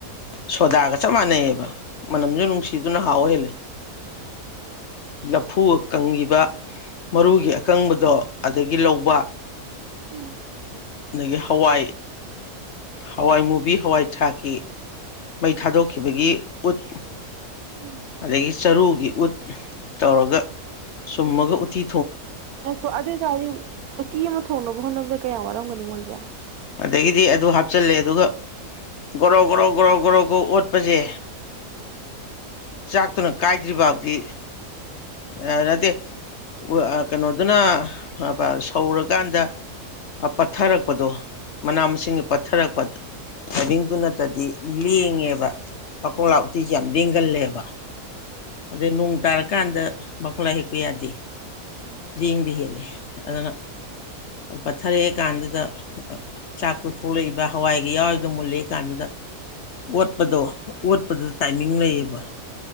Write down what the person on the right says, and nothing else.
ꯎꯝ
ꯎꯝ
ꯉꯥꯏꯈꯣ ꯑꯗꯨ ꯑꯣꯏꯇꯥꯔꯗꯤ ꯎꯇꯤ ꯑꯃ ꯊꯣꯡꯅꯕ ꯍꯣꯠꯅꯕꯗ ꯀꯌꯥꯝ ꯋꯥꯔꯝꯒ ꯅꯤꯃꯣꯏꯖꯦ